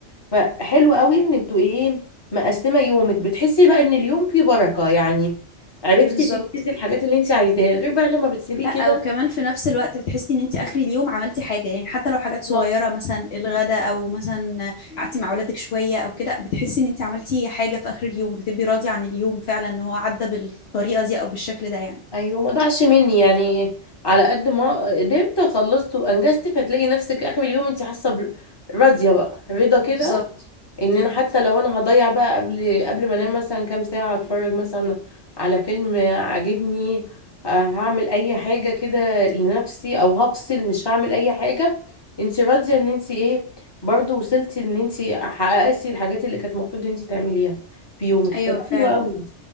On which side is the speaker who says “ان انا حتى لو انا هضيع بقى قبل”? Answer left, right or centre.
Left